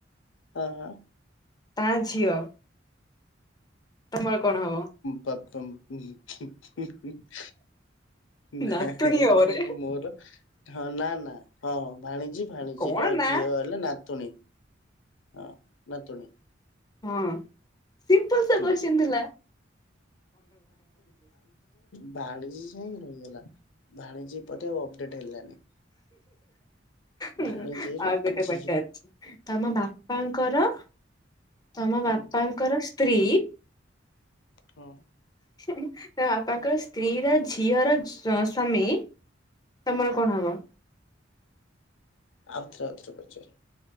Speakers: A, on the left; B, on the left.
A: ଅ ଅ
B: ତା ଝିଅ ତମର କଣ ହବ?
A: ପପମ୍ <unintelligible> ନା
B: ନାତୁଣୀ ହବରେ
A: ମୋର ହଁ ନା ନା ହଁଁ, ଭାଣିଜୀ ଭାଣିଜୀ
B: କଣ
A: ର
B: ନା
A: ଝିଅ ହେଲେ ନାତୁଣୀ ହଁ ନାତୁଣୀ।
B: ହଁ, ସିମ୍ପଲ ସା
A: ହୁଁ
B: କୋଶଚିନି ଥିଲା।
A: ଭାଣିଜି ରହିଗଲା, ଭାଣିଜି ପରେ ଆ ଅପଡେଟ ହେଲାନି।
B: ହୁଁ,
A: ଭାଣିଜୀର
B: ଆଉ ଗୋଟେ
A: ଝିଅ
B: ପଚାରୁଛି? ତମ ବାପାଙ୍କର, ତମ
A: ହୁଁ
B: ବାପାଙ୍କର ସ୍ତ୍ରୀ
A: ହଁ ଅ।
B: ତମ ବାପାଙ୍କର ସ୍ତ୍ରୀ ର ଝିଅର ସ୍ୱାମୀ ତମର କଣ ହବ?
A: ଆଉଥରେ, ଆଉଥରେ ପଚାର?